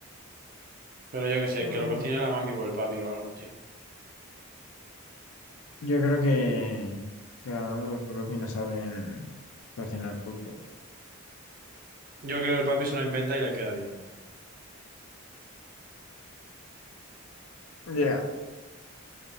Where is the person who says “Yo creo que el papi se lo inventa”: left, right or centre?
Right